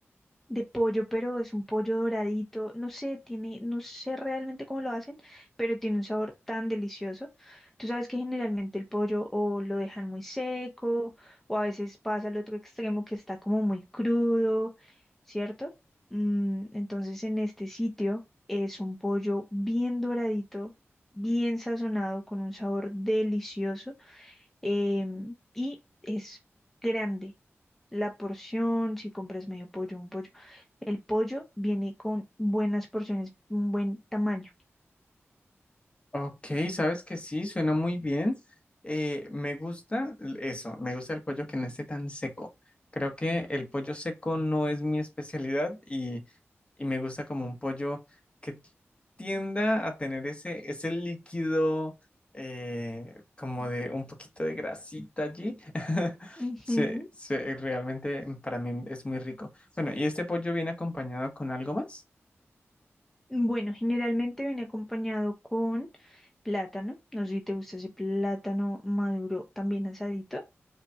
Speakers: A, in the centre; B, on the left.
A: de pollo, pero es un pollo doradito, no sé, tiene, no sé realmente cómo lo hacen, pero tiene un sabor tan delicioso. Tú sabes que generalmente el pollo o lo dejan muy seco, o a veces pasa al otro extremo que está como muy crudo, ¿cierto? Mm, entonces en este sitio es un pollo bien doradito, bien sazonado, con un sabor delicioso em, y es grande. La porción, si compras medio pollo, un pollo. El pollo viene con buenas porciones, un buen tamaño.
B: Ok, sabes que sí, suena muy bien. Eh, me gusta l- eso, me gusta el pollo que no esté tan seco. Creo que el pollo seco no es mi especialidad y, y me gusta como un pollo que t- tienda a tener ese, ese líquido eh, como de un poquito de grasita allí. <laughs>
A: Ujú.
B: Se- se- realmente para mí es muy rico. Bueno, ¿y este pollo viene acompañado con algo más?
A: Bueno, generalmente viene acompañado con plátano. No sé si te gusta ese plátano maduro, también asadito.